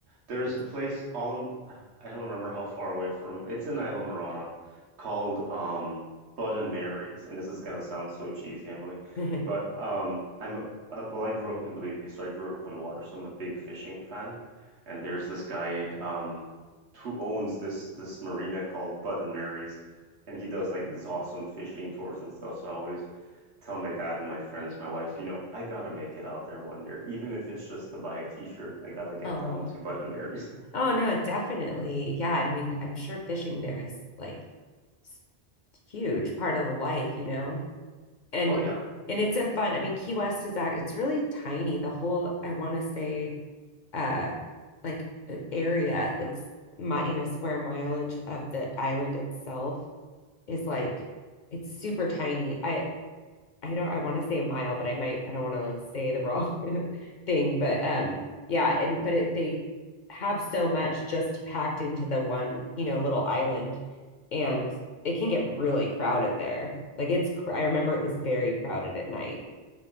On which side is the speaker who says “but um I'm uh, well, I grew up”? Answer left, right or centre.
Right